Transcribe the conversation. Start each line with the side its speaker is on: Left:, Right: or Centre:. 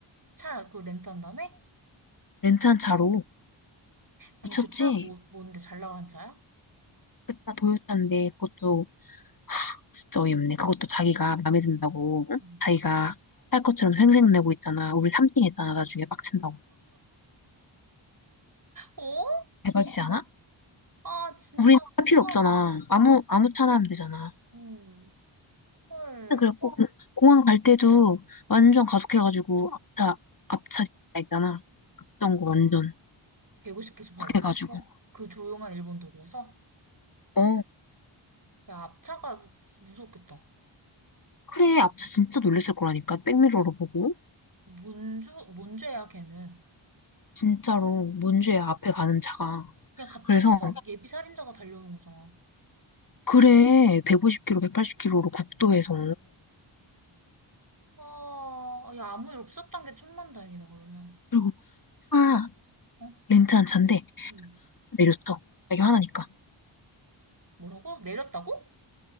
Right: 차 그 렌트한 다음에?
Left: 렌트한 차로.
Right: 아니,
Left: 미쳤지?
Right: 그 차 뭐, 뭔데 잘 나가는 차야?
Left: 그차 도요타인데 그것도
Right: 응,
Left: 진짜 어이없네. 그것도 자기가 마음에 든다고 응?
Right: 응.
Left: 자기가 할 것처럼 생색내고 있잖아. 우리 3등 했잖아. 나중에 빡친다고.
Right: 어?
Left: 대박이지 않아?
Right: 아, 진짜
Left: 우린 할
Right: 쪼잔하다.
Left: 필요 없잖아. 아무
Right: 어,
Left: 아무 차나 하면 되잖아.
Right: 음. 헐.
Left: 근데 그래갖고 공- 공항 갈 때도 완전 가속해가지고 앞차 앞차 있잖아. 급정거 완전
Right: 150km
Left: 확
Right: 밟아가지고
Left: 해가지고.
Right: 그 조용한 일본 도로에서
Left: 어
Right: 야, 앞차가 무섭겠다.
Left: 그래 앞차 진짜 놀랬을 거라니까. 백미러로 보고
Right: 뭔, 주, 뭔 죄야, 걔는.
Left: 진짜로 뭔 죄야 앞에 가는 차가.
Right: 그냥 갑자기
Left: 그래서
Right: 막 예비 살인자가 달려오는 거잖아.
Left: 그래 150km, 180km로 국도에서
Right: 아, 야, 아무 일 없었던 게 천만다행이다, 그러면.
Left: 그리고 차
Right: 어?
Left: 렌트 한 차인데
Right: 응.
Left: 내렸어. 자기 화나니까.
Right: 뭐라고? 내렸다고?